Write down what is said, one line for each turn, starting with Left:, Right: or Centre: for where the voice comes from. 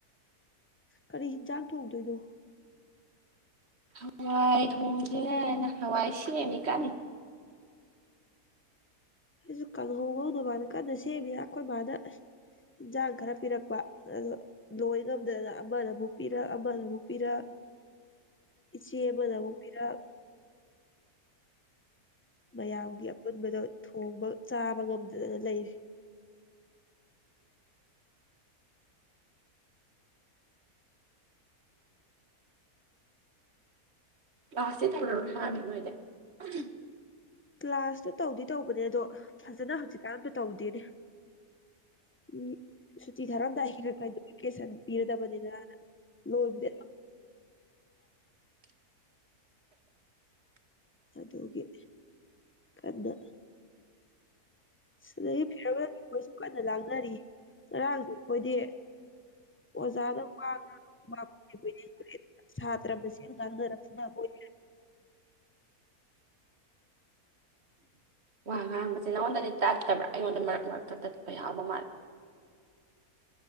Left: ꯀꯔꯤ ꯍꯤꯟꯖꯥꯡ ꯊꯣꯛꯣꯡꯗꯣꯏꯅꯣ
Right: ꯍꯋꯥꯏ ꯊꯣꯡꯁꯦ ꯅ ꯍꯋꯥꯏ ꯁꯤꯔꯦꯅꯤ ꯀꯥꯟꯅ
Left: ꯑꯣꯁꯨ ꯀꯥꯡꯪꯍꯧ ꯉꯧꯗꯅꯕꯅ ꯀꯟꯅ ꯁꯦꯝꯃꯤ ꯑꯩꯈꯣꯏ ꯗ ꯏꯟꯁꯥꯡ ꯈꯔ ꯄꯤꯔꯛꯄ ꯑꯣ ꯂꯣꯏ ꯉꯝꯗꯅ ꯑꯃꯅꯕꯨꯛ ꯄꯤꯔꯛ ꯑꯃꯅꯕꯨ ꯄꯤꯔꯛ ꯏꯆꯦ ꯑꯃꯅꯕꯨꯛ ꯄꯤꯔꯛ ꯃꯌꯥꯝꯒꯤ ꯑꯄꯨꯟꯕꯗꯣ ꯊꯣꯡꯕ ꯆꯥꯕ ꯉꯝꯗꯗꯅ ꯂꯩꯔꯤ
Right: ꯀ꯭ꯂꯥꯁꯇꯦ ꯊꯧꯔꯔꯣꯏ ꯍꯥꯏꯃꯦ ꯅꯣꯏꯗꯤ <unintelligible>
Left: ꯀ꯭ꯂꯥꯁꯇꯣ ꯇꯧꯗꯤ ꯇꯧꯕꯅꯦ ꯑꯗꯣ ꯐꯖꯅ ꯍꯧꯖꯤꯛꯀꯥꯟꯗ ꯇꯧꯗꯦꯅꯦ ꯎ ꯁꯨꯇꯤ ꯊꯥꯔꯝꯗ ꯍꯦ ꯀꯣꯀꯦꯁꯟ ꯄꯤꯔꯗꯕꯅꯤꯅ ꯂꯣꯏꯕꯨꯗꯤ
Right: <unintelligible>
Left: ꯑꯗꯨꯒꯤ ꯀꯟꯅ ꯁꯤꯗꯒꯤ ꯐꯤꯔꯋꯦꯜ ꯑꯩꯈꯣꯏꯁꯨ ꯀꯟꯅ ꯂꯥꯡꯅꯔꯤ ꯉꯔꯥꯡꯁꯨ ꯑꯩꯈꯣꯏꯗꯤ ꯑꯣꯖꯥꯅ ꯋꯥ ꯉꯦꯅ ꯁꯥꯇ꯭ꯔ ꯃꯁ ꯉꯥꯡꯅꯔ ꯐꯨꯅꯕ ꯑꯣꯏ
Right: ꯋꯥ ꯉꯥꯡꯕꯁꯦ ꯅꯪꯉꯣꯟꯗꯗꯤ ꯇꯠꯇꯕ꯭ꯔꯥ ꯑꯩꯉꯣꯟꯗ ꯃꯔꯛ ꯃꯔꯛꯇ ꯇꯠꯄ ꯌꯥꯎꯕ ꯃꯥꯜꯂ